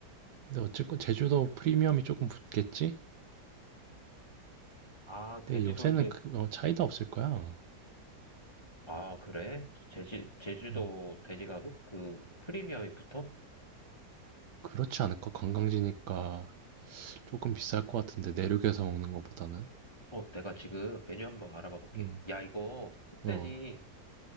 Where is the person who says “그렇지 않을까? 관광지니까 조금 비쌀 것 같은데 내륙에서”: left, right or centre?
Right